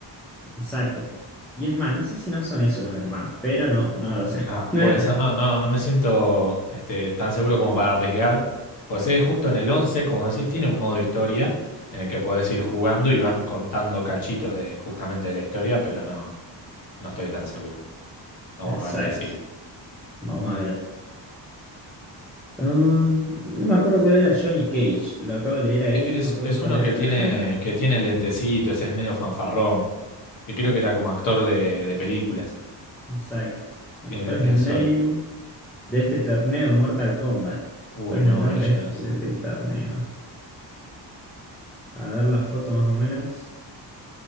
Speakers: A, in the centre; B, on the left (about 45°).
A: Exacto. Y es más, no sé si no son esos los hermanos, pero no, no lo sé.
B: Ah,
A: <laughs>
B: puede ser, no, no, no me siento este, tan seguro como para arriesgar, pues es justo en el 11, como decís, tiene un modo historia en el que podés ir jugando y van contando cachitos de justamente de la historia, pero no, no estoy tan seguro. Vamos
A: Exacto.
B: a ver qué sigue.
A: Vamos a ver. Um, no me acuerdo cuál era Johnny Cage. Lo acabo de leer
B: E-
A: ahí,
B: Es,
A: no me acuerdo
B: es
A: cuál
B: uno
A: era.
B: que tiene,
A: <laughs>
B: que tiene lentecitos, es medio fanfarrón, que creo que era como actor de, de películas,
A: Exacto. Bueno,
B: tiene
A: ¿cuál
B: lentes
A: es el
B: de sol.
A: name de este torneo en Mortal Kombat?
B: Uy,
A: ¿Cuál es
B: no,
A: el nombre
B: ahí ya
A: de este
B: no sé.
A: de este torneo? A ver la foto más o menos.